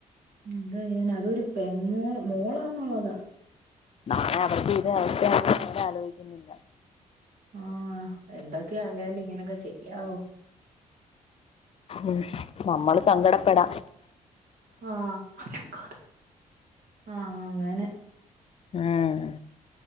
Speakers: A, on the right; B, on the left.
A: മ്ഹ് എന്തൊ ചെയ്യാനാ അതൊരു പെ മോ മോളാന്നൊള്ളതാ
B: നാളെ അവർക്കും ഇതേ അവസ്ഥ ആവുംന്ന് അവര് ആലോയിക്കുന്നില്ല
A: ആഹ് എന്തൊക്കെയായാലും ഇങ്ങനൊക്കെ ചെയ്യാവോ
B: ഉം നമ്മള് സങ്കടപ്പെടാം
A: ആഹ് അനക്കാതെ ആഹ് അങ്ങനെ
B: ആഹ്